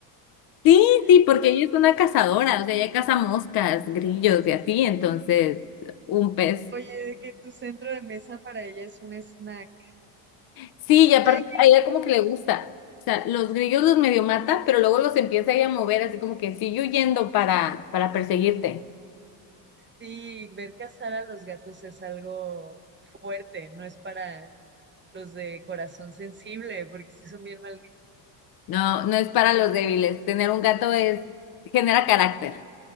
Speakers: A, on the left (about 50°); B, on the right (about 25°).
A: Sí, sí,
B: <laughs>
A: porque ella es una cazadora, o sea, ella caza moscas, grillos y así, entonces un pez
B: Oye, de que tu centro de mesa para ella es un snack.
A: Sí, y aparte
B: Sí, hay que-
A: a ella como que le gusta. O sea, los grillos los medio mata, pero luego los empieza a a mover así como que sigue huyendo para, para perseguirte.
B: sí, ver cazar a los gatos es algo fuerte, no es para los de corazón sensible, porque sí son bien mal
A: No, no es para los débiles. Tener un gato es, genera carácter.